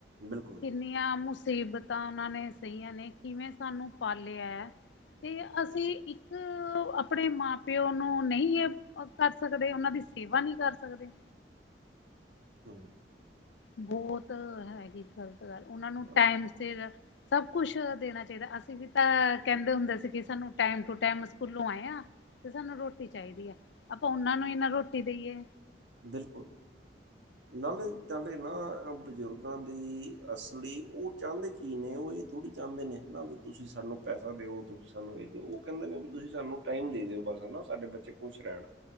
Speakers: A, on the right; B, on the left.
A: ਬਿਲਕ
B: ਇੰਨੀਆਂ, ਮੁਸੀਬਤਾਂ ਉਹਨਾਂ ਸਹੀਆਂ ਨੇ, ਕਿਵੇਂ ਸਾਨੂੰ ਪਾਲਿਆ ਐ। ਤੇ, ਅਸੀਂ ਇੱਕ ਆਪਣੇ ਮਾਂ-ਪਿਓ ਨੂੰ ਨਹੀਂ ਕਰ ਸਕਦੇ, ਉਹਨਾਂ ਦੀ ਸੇਵਾ ਨਹੀਂ ਕਰ ਸਕਦੇ।
A: ਹੂੰ।
B: ਬਹੁਤ ਹੈਗੀ ਗ਼ਲਤ ਗੱਲ, ਉਹਨਾਂ ਨੂੰ
A: ਹਾਂ,
B: ਟਾਈਮ ਸਿਰ ਸਭ ਕੁਛ ਦੇਣਾ ਚਾਹੀਦਾ, ਅਸੀਂ ਵੀ ਤਾਂ ਕਹਿੰਦੇ ਹੁੰਦੇ ਸੀ ਕਿ ਸਾਨੂੰ ਟਾਈਮ ਟੂ ਟਾਈਮ ਸਕੂਲੋਂ ਆਏ ਆਂ ਤੇ ਸਾਨੂੰ ਰੋਟੀ ਚਾਹੀਦੀ ਆ, ਆਪਾਂ ਉਹਨਾਂ ਨੂੰ ਈ ਨਾ ਰੋਟੀ ਦੇਈਏ
A: ਬਿਲਕੁਲ। ਨਾਲੇ, ਨਾਲੇ ਨਾ ਬਜ਼ੁਰਗਾਂ ਦੀ ਅਸਲੀ ਉਹ ਚਾੰਹਦੇ ਕੀ ਨੇ, ਉਹ ਇਹ ਥੋੜ੍ਹੀ ਚਾਹੁੰਦੇ ਨੇ ਹਨਾ ਵੀ, ਤੁਸੀਂ ਸਾਨੂੰ ਪੈਸਾ ਦਿਓ, ਤੁਸੀਂ ਗੱਲ ਉਹੀਕੇ ਉਹ ਕਹਿੰਦੇ ਨੇ ਵੀ ਤੁਸੀਂ ਸਾਨੂੰ ਟਾਈਮ ਦੇ ਦਿਓ, ਬਸ ਹਨਾ, ਸਾਡੇ ਬੱਚੇ ਖੁਸ਼ ਰਹਿਣ।